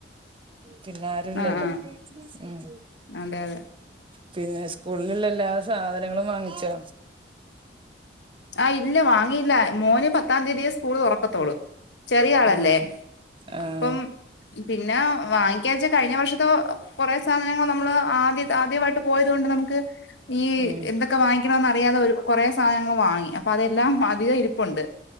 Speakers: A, on the right; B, on the left.
A: പിന്നെ റ്റൂല്ലല്ലോ
B: ആഹ് ആഹ്
A: ഉം
B: അതെ അതെ
A: പിന്നെ സ്കൂളില്ള്ള എല്ലാ സാധനങ്ങളും വാങ്ങിച്ചോ?
B: ആഹ് ഇല്ല വാങ്ങീല്ല മോന് പത്താം തീതിയെ സ്കൂള് തുറക്കത്തൊളൂ ചെറിയ ആളല്ലേ
A: ആഹ് ആഹ്
B: അപ്പം പിന്നെ വാങ്ങി ത്യേകിച്ച് കഴിഞ്ഞ വർഷത്തെ കുറേ സാധനങ്ങൾ നമ്മള് ആദ്യ ആദ്യമായിട്ട് പോയത് കൊണ്ട് നമുക്ക് ഈ
A: ഉം
B: എന്തെക്കെ വാങ്ങിക്കണന്ന് അറിയാതെഒരു കൊറേ സാധനങ്ങൾ വാങ്ങ് അപ്പ അതെ ല്ലാം അധിക ഇരിപ്പുണ്ട്